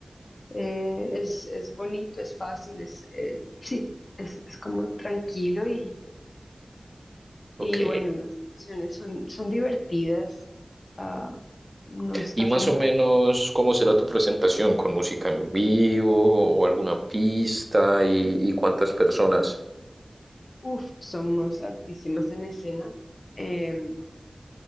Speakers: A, on the left; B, on the right.
A: eh, es, es bonito, es fácil, es, eh, sí, es, es como tranquilo y, y
B: Ok.
A: bueno, las canciones son, son divertidas. ah, no está
B: ¿Y más
A: como
B: o menos cómo será tu presentación? ¿Con música en vivo o alguna pista? ¿Y, y cuántas personas?
A: Uf, somos altísimas en escena. eh,